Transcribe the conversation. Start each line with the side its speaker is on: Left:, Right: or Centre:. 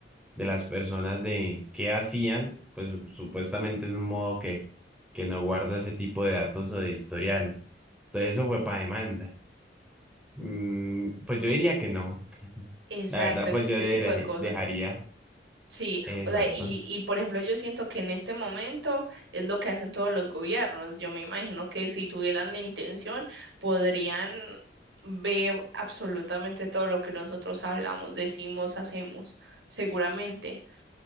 Centre: de las personas de qué hacían, pues supuestamente en un modo que, que no guarda ese tipo de datos o de historiales. Entonces eso fue para demanda. Mm, pues yo diría que no. <laughs>
Right: Exacto,
Centre: La verdad, pues
Right: es ese
Centre: yo de-
Right: tipo de cosas.
Centre: dejaría.
Right: Sí,
Centre: Exacto.
Right: o sea, y, y por ejemplo, yo siento que en este momento es lo que hacen todos los gobiernos. Yo me imagino que si tuvieran la intención, podrían ver absolutamente todo lo que nosotros hablamos, decimos, hacemos, seguramente,